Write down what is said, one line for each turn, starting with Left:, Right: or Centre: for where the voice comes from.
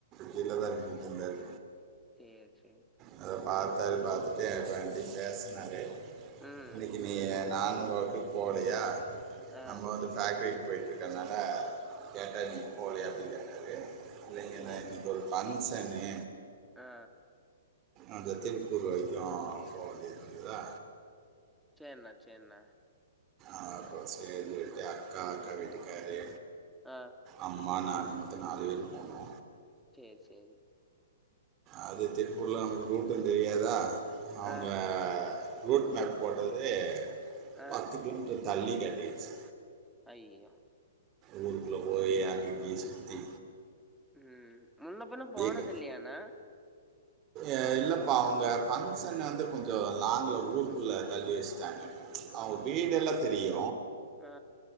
Right: கீழ
Centre: ம்
Right: தா நின்னுட்ருந்தாரு
Centre: சேரி சேரி
Right: அதா பாத்தாரு பாத்துட்டு அப்போ ஏன்டயு பேசுனாரு
Centre: ம்
Right: இன்னைக்கி நீ நானு ஒர்க்குக்கு போலையா
Centre: ஆ
Right: நம்ம வந்து ஃபேக்ட்ரிக்கு போய்ட்டுருக்கறனால கேட்ட நீ போலையா அப்டின்னு கேட்டாரு இல்லைங்க
Centre: சேரி
Right: இன்னைக்கி
Centre: சேரி
Right: ஒரு ஃபங்க்ஷனு
Centre: ஆ
Right: அந்த தெனிப்பூர் வரைக்கூ போ வேண்டியது இருக்குதா
Centre: சேர்ன்ன சேர்ன்ன
Right: அப்போ செரின்னுட்டு அக்கா அக்கா வீட்டுக்காரு
Centre: ஆ
Right: ஆமா நா மொத்தொ நாலு பேர் போனோ
Centre: சேர் சேரி
Right: அது திருப்பூர்ல நமக்கு ரூட்டூ தெரியாதா அவுங்க
Centre: ஆ
Right: ரூட் மேப் போட்டது
Centre: ஆ
Right: பத்து கிலோமீட்டர் தள்ளி காட்டிரிச்சி
Centre: ஐயோ
Right: ஊருக்குள்ள போயி அங்க இங்க சுத்தி
Centre: ம் முன்ன பிண்ண போனது
Right: க
Centre: இல்லயாண்ண
Right: எ இல்லப்பா அவுங்க ஃபங்க்ஷன வந்து கொஞ்சொ லாங்ல ஊருக்குள்ள தள்ளி வஸ்ட்டாங்க அவுங்க
Centre: ஓ
Right: வீடெல்லா தெரியு
Centre: ஆ